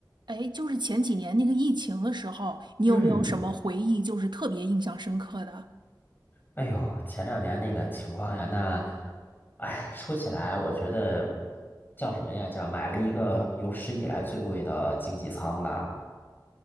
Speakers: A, on the right (about 80°); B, on the left (about 25°).
A: 哎，就是前几年那个疫情的时候，你有没有什么回忆，
B: 嗯，
A: 就是特别印象深刻的？
B: 哎呦，前两年那个情况呀，那，哎，说起来，我觉得叫什么呀？叫买了一个有史以来最贵的经济舱吧。